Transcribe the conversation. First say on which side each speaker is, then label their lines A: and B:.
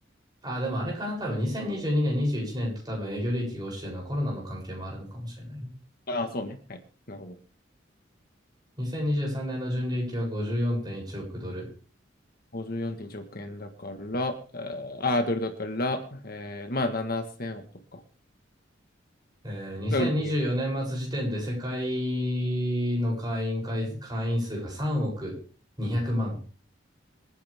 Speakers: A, on the right; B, on the left.
A: あ、でもあれかな、多分2022年、21年と多分営業利益が落ちてるのはコロナの関係もあるのかもしれないね。
B: ああ、そうね。はい。なるほど。
A: 2023年の純利益は54.1億ドル。
B: 54.1億円だから、えーあー、ドルだから、えーまあ7000億とか。
A: えー、2024年末時点で世界の会員会、
B: が売り上げ
A: 会員数が3億200万。